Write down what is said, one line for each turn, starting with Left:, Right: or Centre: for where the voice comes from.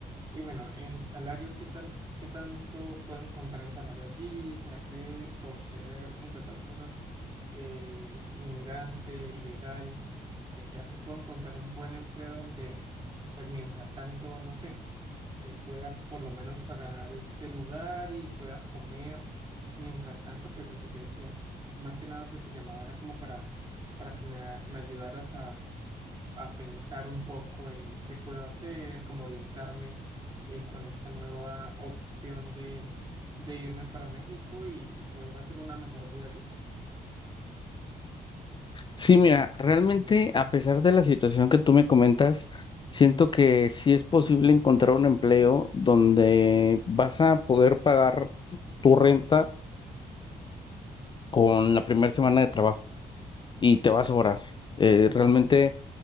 Right: y bueno, en salario, ¿qué tal, qué tanto pueden contar en salario allí? ¿Será que por ser, entre otras cosas, eh, inmigrante, ilegal, eh, será que puedo encontrar un buen empleo donde, pues mientras tanto, no sé, eh, pueda por lo menos pagar este lugar y pueda comer? Mientras tanto, pues lo que te decía, más que nada, pues te llamaba era como para, para que me, me ayudaras a a pensar un poco en qué puedo hacer, cómo orientarme eh, con esta nueva opción de, de irme para México y, y poder hacer una mejor vida allí.
Left: Sí, mira, realmente a pesar de la situación que tú me comentas, siento que sí es posible encontrar un empleo donde vas a poder pagar tu renta con la primera semana de trabajo y te va a sobrar. Eh, realmente